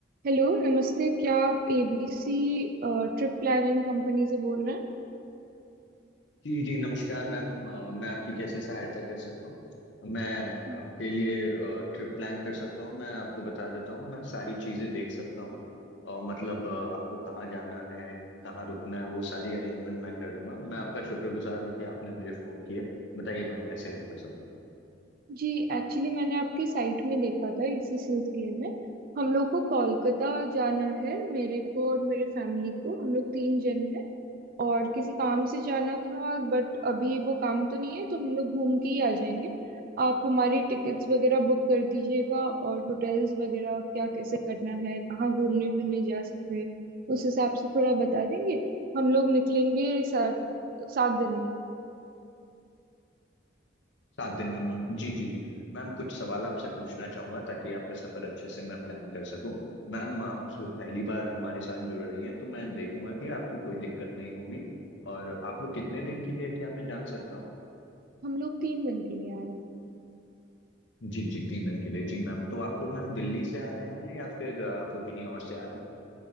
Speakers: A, on the right (about 50°); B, on the left (about 65°).
A: Hello नमस्ते क्या आप एबीसी ट्रिप प्लानिंग कंपनी से बोल रहे
B: जी जी नमस्कार मैम अ, मैं आपकी कैसे सहायता कर सकता हूँ मैं
A: हैं
B: आपके लिए ट्रिप प्लान कर सकता हूँ मैं आपको बता देता हूँ मैं सारी चीज़ें देख सकता हूँ और मतलब अ, आपको कहाँ जाना है कहाँ रुकना है वो सारी अरेंजमेंट मैं कर दूंगा मैं आपका शुक्रगुजार हूँ कि आपने मुझे फ़ोन किया बताइए मैम कैसे हेल्प कर सकता हूँ
A: जी एक्चुअली मैंने आपके साइट में देखा था इसी सिलसिले में हम लोग को कोलकाता जाना है मेरे को और मेरे फैमिली को हम लोग तीन जन हैं और किसी काम से जाना था बट अभी वो काम तो नहीं है तो हम लोग घूम के ही आ जाएंगे आप हमारी टिकट्स वगैरह बुक कर दीजिएगा और होटल्स वगैरह क्या कैसे करना है कहाँ घूमने फिरने जा सकते हैं उस हिसाब से थोड़ा बता देंगे हम लोग निकलेंगे सात सात दिन में
B: सात दिन में मैम जी जी जी मैम कुछ सवाल आपसे पूछना चाहूंगा ताकि आपका सफर अच्छे से मैं प्लान कर सकूं मैम आप पहली बार हमारे साथ जुड़ रही हैं तो मैं देखूंगा कि आपको कोई दिक्कत नहीं होगी और आप लोग कितने दिन के लिए क्या मैं जान सकता हूँ
A: हम लोग तीन दिन के लिए आ रहे हैं
B: जी जी तीन दिन के लिए जी मैम तो आप लोग मैम दिल्ली से आ रहे हैं या फिर आ, आप लोग कहीं और से आ रहे हैं